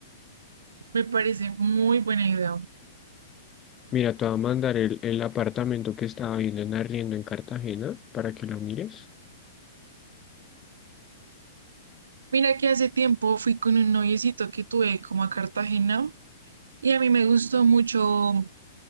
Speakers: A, on the right; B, on the left.
A: Me parece muy buena idea.
B: Mira, te voy a mandar el, el apartamento que estaba viendo en arriendo en Cartagena para que lo mires.
A: Mira que hace tiempo fui con un noviecito que tuve como a Cartagena y a mí me gustó mucho